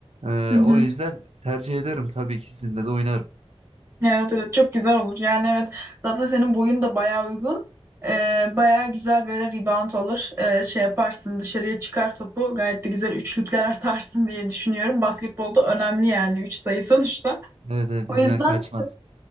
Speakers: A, on the right; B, on the right.
A: Ee,
B: Hı hı.
A: o yüzden tercih ederim tabii ki sizinle de oynarım.
B: Evet evet çok güzel olur. Yani evet zaten senin boyun da bayağı uygun. Ee, bayağı güzel böyle rebound alır. Ee, şey yaparsın dışarıya çıkar topu gayet de güzel üçlükler <laughs> atarsın diye düşünüyorum. Basketbolda önemli yani üç sayı sonuçta.
A: Evet, evet
B: O
A: bizden
B: yüzden
A: kaçmaz.